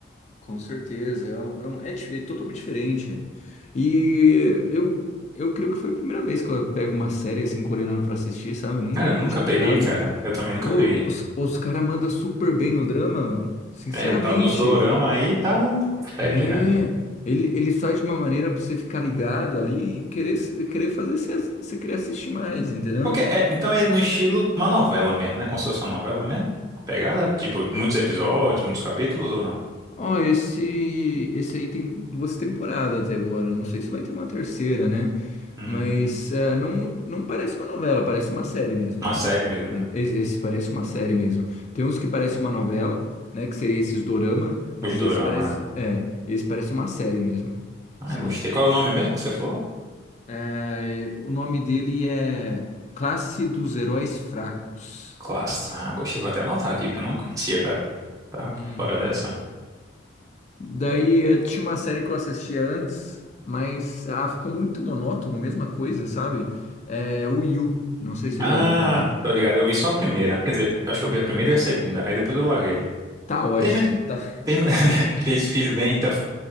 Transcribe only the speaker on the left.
Com certeza, é, um- é, um- é di- é totalmente diferente. E eu, eu creio que foi a primeira vez que eu pego uma série assim coreana pra assistir, sabe? Nun-
Nunca
tinha
pegado.
Ô,
os os caras mandam super bem no drama, mano. Sinceramente,
é.
Ele, ele sai de uma maneira pra você ficar ligado ali e querer, s- querer fazer você, ass- você querer assistir mais, entendeu?
Ó, esse, esse aí tem duas temporadas até agora. Não sei se vai ter uma terceira, né?
Mas é, não, não, não parece uma novela, parece uma série mesmo.
Esse, esse parece uma série mesmo. Tem uns que parece uma novela, né? Que seria esses dorama, mas
esse parece,
é, esse parece uma série mesmo,
sabe?
É, o nome dele é Classe dos Heróis Fracos.
Uhum.
Daí eh, tinha uma série que eu assistia antes, mas ah, ficou muito monótono, mesma coisa, sabe? É, o Yu, não sei se
você já ouviu falar.
Uhum.
Tá ótimo,
tá
Fez